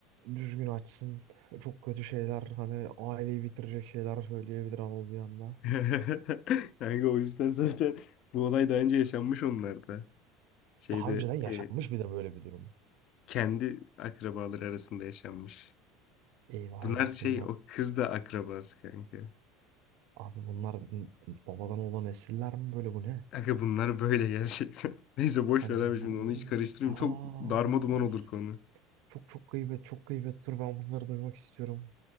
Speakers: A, on the right; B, on the left.
A: düzgün açsın. Çok kötü şeyler hani aileyi bitirecek şeyler söyleyebilir Anıl bir anda.
B: <laughs> Yani o yüzden zaten bu olay daha önce yaşanmış onlarda. Şeyde
A: Daha önceden yaşanmış
B: e,
A: bir de böyle bir durum.
B: kendi akrabaları arasında yaşanmış.
A: Eyvah
B: Bunlar
A: eyvah
B: şey
A: bunlar.
B: o kız da akrabası kanka.
A: Abi bunlar n- n- babadan olan esirler mi böyle bu ne?
B: Kanka bunlar böyle gerçekten. <laughs> Neyse boş
A: Hani
B: ver abi
A: bunlar
B: şimdi
A: ne
B: onu hiç
A: böyle?
B: karıştırmayayım.
A: Aa,
B: Çok darma duman olur konu.
A: çok çok gıybet çok gıybet dur ben bunları duymak istiyorum.